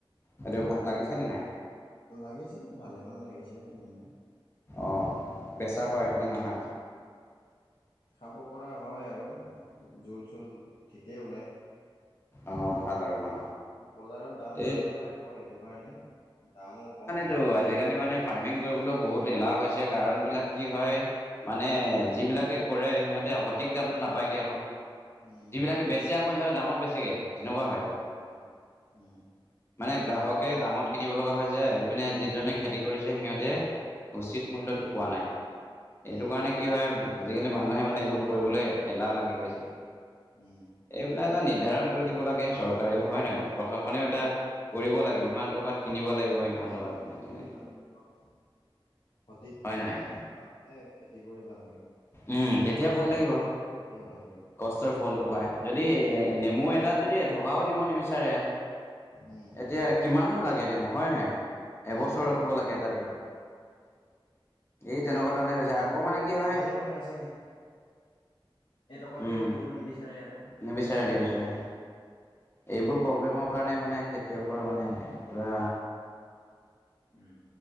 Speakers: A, on the left; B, on the left.
A: এইটো ভা- লাগিছেনে নাই?
B: লাগিছে, ভালেমান লাগিছে নেমু।
A: অ বেচা হয় নে নহয়?
B: খাব পৰা হয় আৰু জোল চোল ঠিকেই ওলায়।
A: অঁ ভাল আৰু ন।
B: বজাৰত দাম
A: এই
B: চাম নাপায় আকৌ সেইটো কাৰণে দামো কম।
A: টো আজিকালি মানে। ফাৰ্মিং কৰিবলো বহুত এলাহ হৈছে কাৰণবিলাক। কি হয় মানে যিবিলাকে কৰে সিহঁতে সঠিক দামটো নাপায়গৈ আকৌ।
B: উম
A: যিবিলাকে বেচে আকৌ সিহঁৰ দামত বেছগৈ তেনেকুৱা হয়।
B: হয়, হয় উম।
A: মানে গ্ৰাহকে দামত কিনিব লগা হৈছে এইপিনে যি ধৰণে খেতি কৰিছে সিহঁতে উচিত মূল্যটো পোৱা নাই।
B: উম
A: এইটো কাৰণে কি হয় আজিকালি মানুহে মানে এইবোৰ কৰিবলৈ এলাহ লাগি গৈছে।
B: উম।
A: এইবিলাক এটা নিৰ্ধাৰণ কৰি দিব লাগে চৰকাৰেও হয়ে নহয় প্ৰশাসনেও এটা কৰিব লাগে ইমান টকাত কিনিব লাগিব ইমান
B: ডেন
A: টকাত
B: <unintelligible>
A: বুলি তেনেকৈ
B: সঠিক
A: হয় নহয়
B: দাম পালেহে খেতি কৰি ভাললাগে।
A: উম, তেতিয়া ভাল
B: কষ্ট
A: লাগিব।
B: কৰি তেতিয়া ভাল লাগিব।
A: <unintelligible> ফলটো পায় যদি এ, নেমু এটাত যদি এটকাও দিব নিবিচাৰে
B: উম
A: এতিয়া কিমানো লাগেনে মোৰ হয় নহয় এবছৰ
B: উম
A: ৰখিব লাগে তাতো। এই তেনেকুৱা ধৰণে হৈছে। মানে কি হয়
B: ভালে মান আছে এটকাকেও
A: উম,
B: দিব নিবিচাৰে আকৌ।
A: নিবিচাৰে,
B: সেইটো কাৰণে
A: নিবিচাৰে। এইবোৰ প্ৰব্লেমৰ কাৰণে মানে খেতিয়কৰ মানে পুৰা
B: উম।